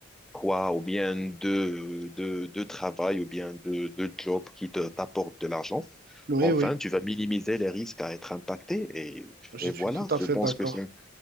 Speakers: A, in the centre; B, on the right.
A: trois ou bien deux, deux, deux travails ou bien deux, deux jobs qui te, t'apportent de l'argent.
B: oui,
A: Enfin,
B: oui.
A: tu vas minimiser les risques à être impacté et,
B: Je
A: et
B: suis
A: voilà,
B: tout à
A: je
B: fait
A: pense
B: d'accord.
A: que c'est...